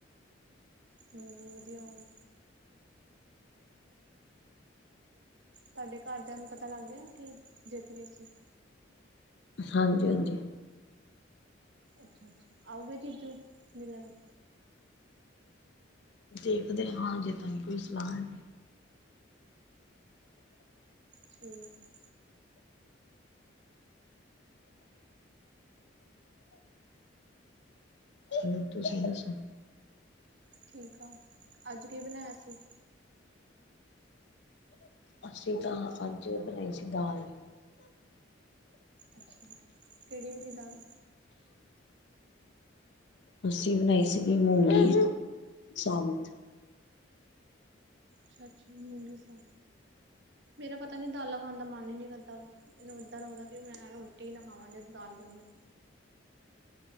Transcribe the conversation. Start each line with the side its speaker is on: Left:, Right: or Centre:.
Right: ਹੂ, ਵਧੀਆ ਹੋਰ। ਤੁਹਾਡੇ ਕਾਰਦਿਆਂ ਨੂੰ ਪਤਾ ਲੱਗ ਗਿਆ ਕਿ ਜਿੱਤ ਗਏ ਸੀ।
Left: ਹਾਂਜੀ-ਹਾਂਜੀ।
Right: ਅੱਛਾ ਅੱਛਾ ਆਉਗੇ ਜੀਜੂ ਮਿਲਣ।
Left: ਦੇਖਦੇ ਹਾਂ ਜੇ ਅਜੇ ਤਾਂ ਨੀ ਕੋਈ ਸਲਾਹ ਹੈਗੀ।
Right: ਠੀਕ ਐ।
Left: ਹੋਰ ਤੁਸੀਂ ਦੱਸੋ?
Right: ਠੀਕ ਆ, ਅੱਜ ਕੀ ਬਣਾਇਆ ਸੀ?
Left: ਅਸੀਂ ਤਾਂ ਅੱਜ ਬਣਾਈ ਸੀ ਦਾਲ।
Right: ਅੱਛਾ। ਕਿਹੜੀ ਵਾਲੀ ਦਾਲ?
Left: ਅੱਸੀ ਬਣਾਈ ਸੀਗੀ ਮੂੰਗੀ ਸਾਬਤ।
Right: ਅੱਛਾ -ਅੱਛਾ ਮੂੰਗੀ ਸਾ ਮੇਰਾ ਪਤਾ ਨਹੀਂ ਦਾਲਾਂ ਖਾਣ ਦਾ ਮਨ ਹੀ ਨਹੀਂ ਕਰਦਾ। ਮੈਨੂੰ ਏਦਾਂ ਲੱਗਦਾ ਕਿ ਮੈਂ ਰੋਟੀ ਨਾ ਖਾਵਾਂ ਜਦੋਂ ਦਾਲ ਬਣੀ ਹੋਵੇ।